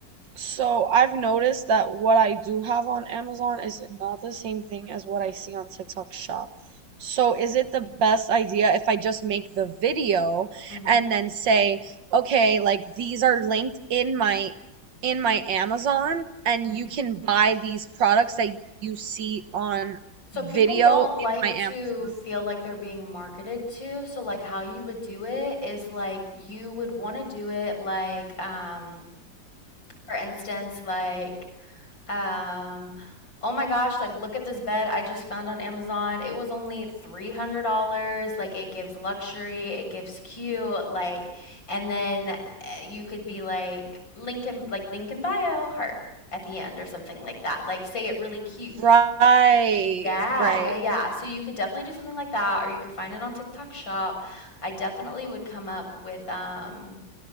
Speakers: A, on the right; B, on the left.
A: so I've noticed that what I do have on Amazon is not the same thing as what I see on TikTok Shop. So is it the best idea if I just make the video
B: Mm-hmm.
A: and then say, okay, like these are linked in my in my Amazon and
B: Mm-hmm.
A: you can buy these products that you see on
B: So
A: video
B: people don't like
A: in my Amazon.
B: to feel like they're being marketed to. So like how you would do it is like you would want to do it like um for instance like um oh my gosh like look at this bed I just found on Amazon. It was only $300. Like it gives luxury, it gives cute like and then uh, you could be like link in like link in bio heart at the end or something like that. Like say it really cute
A: Right,
B: yeah,
A: right.
B: yeah, yeah. So you could definitely do something like that, or you could find it on TikTok Shop. I definitely would come up with um